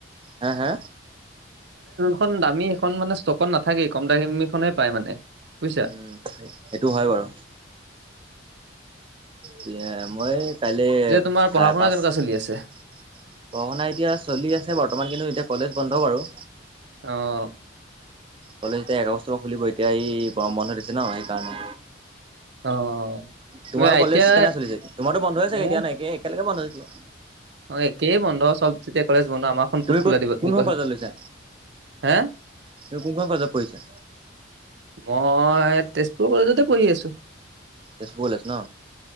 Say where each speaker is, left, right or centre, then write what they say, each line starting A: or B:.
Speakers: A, on the right; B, on the right.
A: হা হা।
B: এখন দামী সেইখন মানে ষ্টকত নাথাকে কম দামী খনে পায় মানে বুজিছা।
A: উম সেইটো হয় বাৰু। পিয়ে মই। কাইলৈ
B: এতিয়া তোমাৰ
A: চাৰে
B: পঢ়া শুনা
A: পাঁচ
B: কেনেকুৱা
A: পঢ়া
B: চলি আছে
A: শুনা এতিয়া চলি আছে বৰ্তমান কিন্তু এতিয়া। কলেজ বন্ধ বাৰু
B: আহ।
A: কলেজ এতিয়া এক আগষ্টৰ পৰা খুলিব এতিয়া এই গৰম বন্ধ দিছে ন সেইকাৰণে।
B: অ
A: তোমাৰো
B: তুমি এতিয়া
A: কলেজ কেনে চলিছে তোমাৰতো বন্ধ হৈ
B: মোৰ
A: চাগে এতিয়া ন একে একেলগে বন্ধ হৈ। কোৱা।
B: অ একেই বন্ধ চব যেতিয়া কলেজ বন্ধ আমাৰখন
A: তুমি
B: ক'ত খোলা দিব তুমি
A: কোনখন
B: কোৱাচোন।
A: কলেজত লৈছা?
B: হে
A: তুমি কোনখন কলেজত পঢ়িছা।
B: মই তেজপুৰ কলেজতে পঢ়ি আছো।
A: তেজপুৰ কলেজ ন